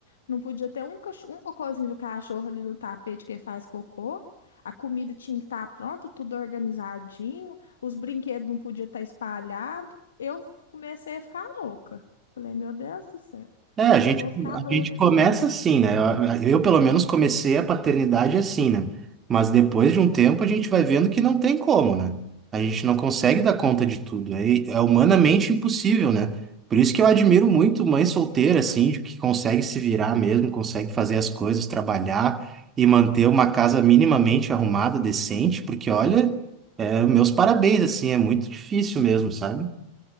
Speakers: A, on the left; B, on the right.
A: não podia ter um, cach- um cocôzinho do cachorro ali no tapete que ele faz cocô. A comida tinha que estar pronta, tudo organizadinho, os brinquedos não podiam estar espalhados. Eu comecei a ficar louca. Falei, meu Deus do céu,
B: É, a
A: eu
B: gente,
A: vou ficar doida
B: a gente começa
A: aqui.
B: assim, né? Eu, eu, pelo menos, comecei a paternidade assim, né? Mas depois de um tempo, a gente vai vendo que não tem como, né? A gente não consegue dar conta de tudo. É, é humanamente impossível, né? Por isso que eu admiro muito mãe solteira, assim, de que consegue se virar mesmo, consegue fazer as coisas, trabalhar e manter uma casa minimamente arrumada, decente, porque, olha, é, meus parabéns, assim, é muito difícil mesmo, sabe?